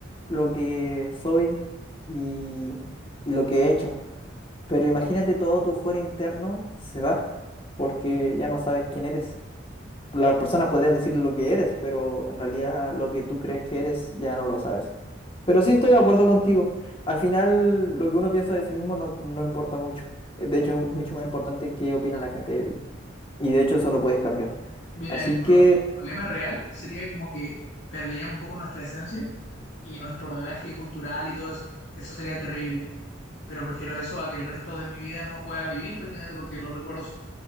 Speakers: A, on the left; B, on the left.
A: lo que soy y, y lo que he hecho. Pero imagínate todo tu fuera interno se va porque ya no sabes quién eres las personas podrían decir lo que eres, pero en realidad lo que tú crees que eres ya no lo sabes. Pero sí estoy de acuerdo contigo. Al final, lo que uno piensa de sí mismo no, no importa mucho. Eh, De hecho, es mucho más importante qué opina la gente de ti. Y de hecho, eso lo puedes cambiar.
B: Mira,
A: Así
B: el pro-
A: que
B: el problema real sería como que perderíamos un poco nuestra esencia y nuestro bagaje cultural y todo eso. Eso sería terrible. Pero prefiero eso a que el resto de mi vida no pueda vivir prácticamente porque los recuerdos son